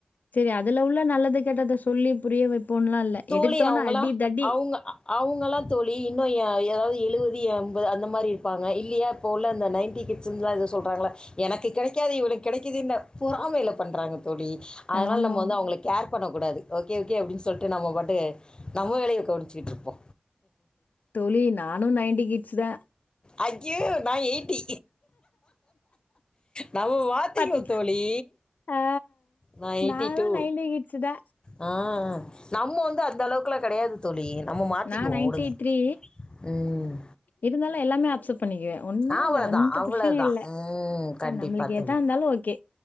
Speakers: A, on the left; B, on the left.
A: செரி அதுல உள்ள நல்லது கெட்டத சொல்லி புரிய வைப்போன்லா இல்ல
B: தோழி
A: எடுத்தோன
B: அவுங்களா
A: அடி தடி
B: அவுங்க ஆ அவுங்களா தோழி இன்னு ஆ அதாது எழுவது எண்பது அந்த மாரி இருப்பாங்க இல்லியா இப்ப உள்ள அந்த நைன்டி கிட்ஸ்லா ஏதோ சொல்றாங்கல்ல எனக்கு கெடைக்காதது இவனுக்கு கெடைக்கிதுன்ன பொறாமையில பண்றாங்க தோழி அதனால
A: ஆமா
B: நம்ம வந்து அவுங்கள கேர் பண்ணக்கூடாது ஓகே ஓகே அப்டின்னு சொல் ட்டு நம்ம பாட்டு நம்ம வேலைய கவனிச்சுட்டு இருப்போ
A: தோழி நானு நைன்டி கிட்ஸ் தா
B: அய்யோ நா எயிட்டி நம்ம மாத்திக்குவோ
A: பாத்தி
B: தோழி
A: ஆ
B: நா எயிட்டி
A: நாங்களு
B: டு
A: நைன்டி கிட்ஸ் தா
B: ஆ நம்ம வந்து அந்த அளவுக்கல்லா கெடையாது தோழி நம்ம மாத்திக்குவோ
A: நா நைன்டி
B: உடுங்க
A: த்ரீ
B: ம்
A: இருந்தாலு எல்லாமே அப்சர்வ் பண்ணிக்குவே ஒன்னு
B: ஆ, அவ்வளவுதான்
A: வே எந்த
B: அவ்வளோதான்
A: பிரச்சனையு இல்ல
B: ம் கண்டிப்பாக
A: நம்மளுக்கு
B: தோழி
A: எதா இருந்தாலு ஓகே